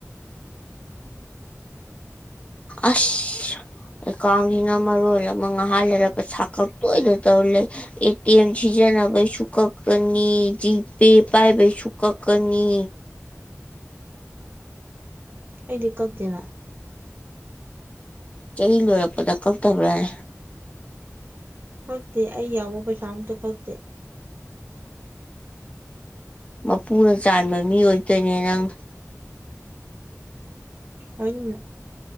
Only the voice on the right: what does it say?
ꯑꯩꯗꯤ ꯀꯅ
ꯀꯛꯇꯦ ꯑꯩ ꯌꯥꯎꯕ ꯄꯩꯁꯥ ꯑꯝꯇ ꯀꯛꯇꯦ
ꯍꯅꯤꯅ